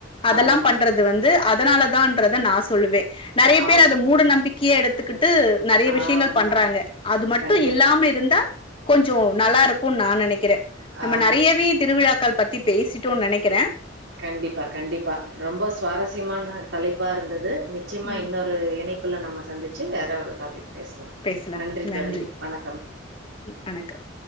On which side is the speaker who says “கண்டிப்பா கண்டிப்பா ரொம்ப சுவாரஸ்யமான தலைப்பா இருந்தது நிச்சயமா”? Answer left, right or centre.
Right